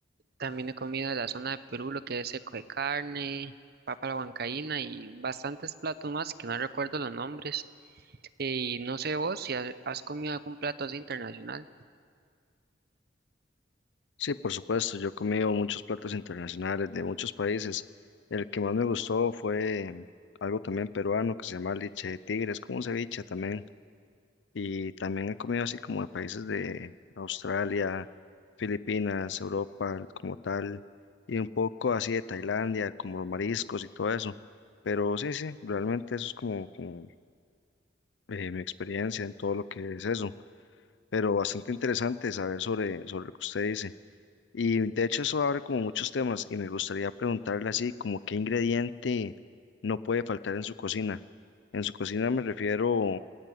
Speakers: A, on the right; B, on the left.
A: También he comido de la zona de Perú, lo que es seco de carne, papa a la huancaína y bastantes platos más que no recuerdo los nombres. Eh, Y no sé vos si has has comido algún plato así internacional.
B: Sí, por supuesto, yo he comido muchos platos internacionales de muchos países. El que más me gustó fue mm, algo también peruano que se llama leche de tigre, es como un ceviche también. Y también he comido así como de países de Australia, Filipinas, Europa como tal, y un poco así de Tailandia, como los mariscos y todo eso. Pero sí, sí, realmente eso es como, como eh, mi experiencia en todo lo que es eso. Pero bastante interesante saber sobre, sobre lo que usted dice. Y de hecho eso abre como muchos temas y me gustaría preguntarle así como qué ingrediente no puede faltar en su cocina. En su cocina me refiero